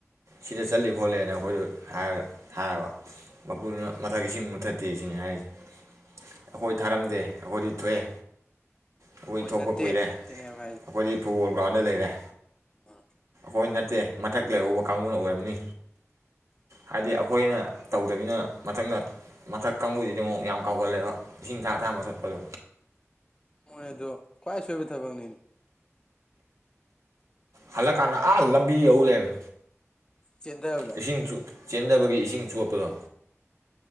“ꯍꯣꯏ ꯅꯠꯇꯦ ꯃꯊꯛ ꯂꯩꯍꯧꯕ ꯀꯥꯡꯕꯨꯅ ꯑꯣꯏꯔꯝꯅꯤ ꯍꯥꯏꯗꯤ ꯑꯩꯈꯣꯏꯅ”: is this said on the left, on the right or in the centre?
Right